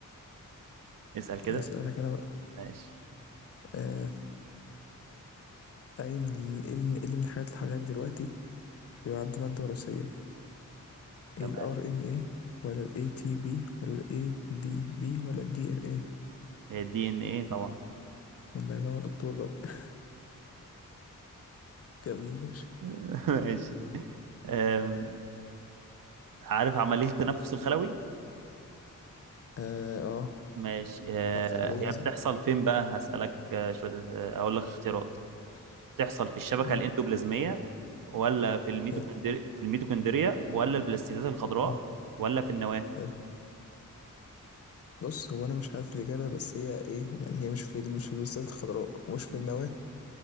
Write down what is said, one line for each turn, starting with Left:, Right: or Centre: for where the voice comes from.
Right: اسال كده
Left: اسألك انا بقى
Right: ماشي
Left: آه، اي من ال- ايه من إيه اللي من الحاجات اللي حواليك دلوقتي بيعد مادة وراثية
Right: تمام
Left: ايه ال RNA ولا ال ATP ولا ال ADP ولا ال DNA
Right: الدي ان ايه طبعا
Left: الله ينور دكتور بقى <laughs> كمل ماشي
Right: <laughs> ماشي أم، عارف عملية التنفس الخلوي
Left: اه اه
Right: ماشي آه،
Left: بتاعت الخلية
Right: هي
Left: صح
Right: بتحصل فين بقى هسألك آه، شوية أس- آه، أقول لك اختيارات بتحصل في الشبكة
Left: قول
Right: الإندوبلازمية
Left: لي.
Right: ولا في الميتوكوندري
Left: حلو
Right: في الميتوكوندريا ولا البلاستيدات الخضراء
Left: حلو
Right: ولا في النواة
Left: حلو بص هو انا مش عارف الاجابة بس هي ايه يعني هي مش في ال- مش في البلاستيدات الخضراء ومش في
Right: مم.
Left: النواه